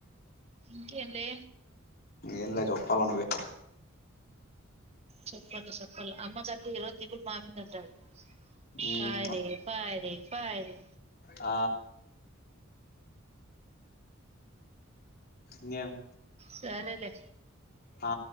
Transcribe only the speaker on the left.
ఎమ్లా జొప్పాల్ల నువ్వే
ఉమ్
అ ఇంగేమ్
అ